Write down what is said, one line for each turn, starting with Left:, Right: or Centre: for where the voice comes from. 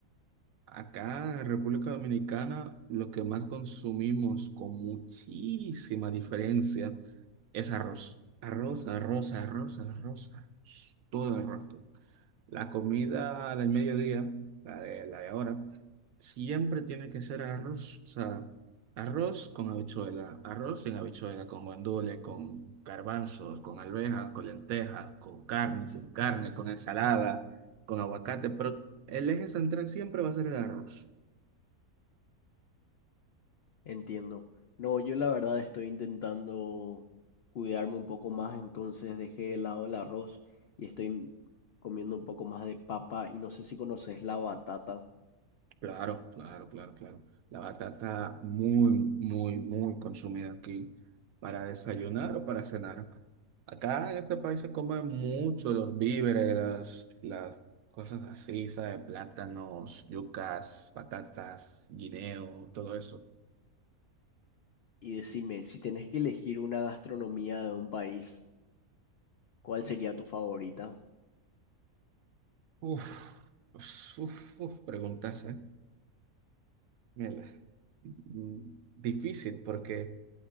Right: Acá en República Dominicana lo que más consumimos con muchísima diferencia es arroz. Arroz, arroz, arroz, arroz, arroz, todo el rato. La comida del mediodía, la de, la de ahora, siempre tiene que ser arroz. O sea, arroz con habichuela, arroz sin habichuela, con guandules, con garbanzos, con alvejas, con lentejas, con carne, sin carne, con ensalada, con aguacate. Pero el eje central siempre va a ser el arroz.
Left: entiendo. No, yo la verdad estoy intentando cuidarme un poco más, entonces dejé de lado el arroz y estoy comiendo un poco más de papa y no sé si conoces la batata.
Right: Claro, claro, claro, claro. La batata muy, muy, muy consumida aquí para desayunar o para cenar. Acá en este país se comen mucho los víveres, las, las cosas así, ¿sabes? Plátanos, yucas, patatas, guineo, todo eso.
Left: Y decime, si tenés que elegir una gastronomía de un país, ¿cuál sería tu favorita?
Right: Uf, uf, uf, uf, preguntas, ¿eh? Mírala. Mm, Difícil, porque